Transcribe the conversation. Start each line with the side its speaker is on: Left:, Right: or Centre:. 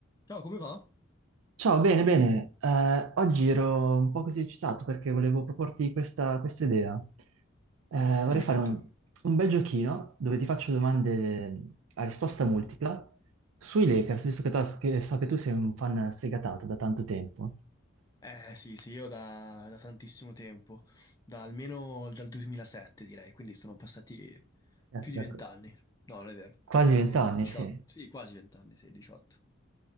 Left: Ciao, come va?
Right: Ciao, bene, bene. Eh, oggi ero un po' così eccitato perché volevo proporti questa, questa idea. Eh, vorrei
Left: Dimmi
Right: fare
Left: tutto.
Right: un, un bel giochino dove ti faccio domande a risposta multipla sui Lakers, visto che, tu- che so che tu sei un fan sfegatato da tanto tempo.
Left: Eh sì, sì, io da, da tantissimo tempo, da almeno dal 2007 direi, quindi sono passati
Right: Aspetta,
Left: più di vent'anni. No, non è vero,
Right: Quasi
Left: Eh,
Right: vent'anni,
Left: ven- 18,
Right: sì.
Left: sì, quasi vent'anni, sì, 18.